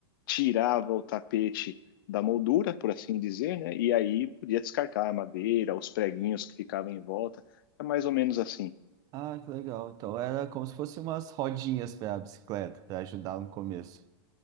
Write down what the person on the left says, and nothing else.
tirava o tapete da moldura, por assim dizer, né, e aí podia descartar a madeira, os preguinhos que ficavam em volta. É mais ou menos assim.